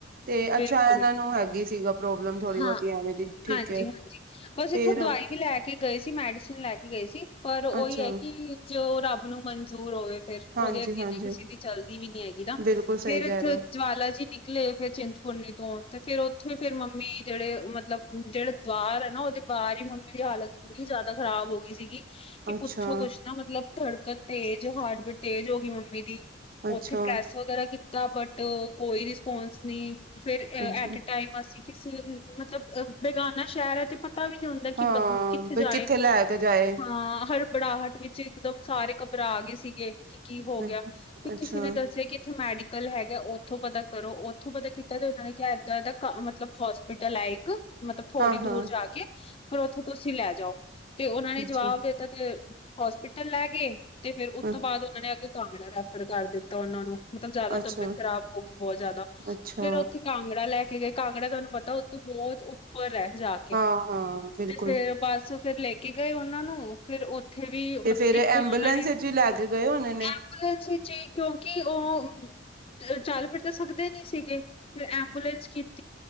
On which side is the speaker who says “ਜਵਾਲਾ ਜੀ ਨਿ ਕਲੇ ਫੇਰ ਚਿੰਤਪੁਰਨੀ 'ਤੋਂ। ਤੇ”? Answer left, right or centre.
Left